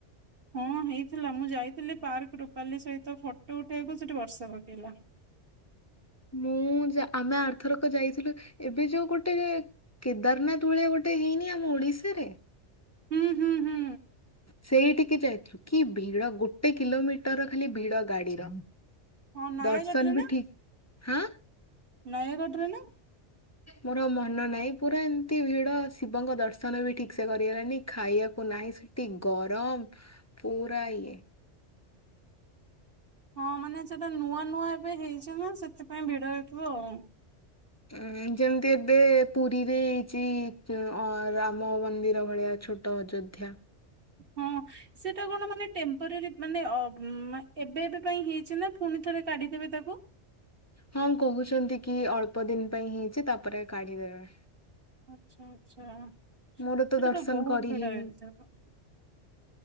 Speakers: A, on the right; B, on the left.
A: ହଁ ହେଇଥିଲା ମୁଁ ଯାଇଥିଲି ପାର୍କ ରୁପାଲି ସହିତ ଫଟୋ ଉଠେଇବାକୁ ସେଠି ବର୍ଷ ପକେଇଲା।
B: ମୁଁ ଆମେ ଆରଥରକ ଯାଇଥିଲୁ ଏବେ ଯୋଉ ଗୋଟେ କେଦାରନାଥ ଭଳିଆ ଗୋଟେ ହେଇନି ଆମ ଓଡିଶାରେ
A: ହୁଁ ହୁଁ ହୁଁ
B: ସେଇଠିକେ ଯାଇଥିଲୁ କି ଭିଡ ଗୋଟେ କିଲୋମିଟର ଖାଲି ଭିଡ ଗାଡିର
A: ହଁ ନୟାଗଡ଼ରେେ
B: ଦର୍ଶନ
A: ନା
B: ବି ଠିକ ହଁ
A: ନୟଗଡ ରେ ନା
B: ମୋର ମନ ନାହିଁ ପୁରା ଏମିତି ଭିଡ ଶିବଙ୍କ ଦର୍ଶନ ବି ଠିକ ସେ କରିଗଲାଣିି ଖାଇବାକୁ ନାହିଁ ସେଠି ଗରମ ପୁରା ଇଏ
A: ହଁ ମାନେ ସେଟା ନୂଆ ନୂଆ ଏବେ ହେଇଛି ନା ସେଥିପାଇଁ ଭିଡ ହେଇଥିବ ଆଉ।
B: ଉଁ ଯେମିତି ଏବେ ପୁରୀରେ ହେଇଛି ରାମ ମନ୍ଦିର ଭଳିଆ ଛୋଟ ଅ କଠ
A: ହଁ ସେଟା କଣ ମାନେ ଟେମ୍ପୋରାରୀ ମାନେ ଏବେ ଏବେ ପାଇଁ ହେଇଛି ନା ପୁଣି ଥରେ କାଢିଦେବେ ତାକୁ
B: ହଁ କହୁଛନ୍ତି କି ଅଳ୍ପ ଦିନ ପାଇଁ ହେଇଛି ତାପରେ କାଢିଦବେ।
A: ଆଚଛା ଆଚଛା।
B: ମୋର ତ
A: ସେଟା
B: ଦର୍ଶନ
A: ତୁ ବହୁତ
B: କରି
A: ଭିଡ
B: ହେଇନି
A: ହେଇଥିବ।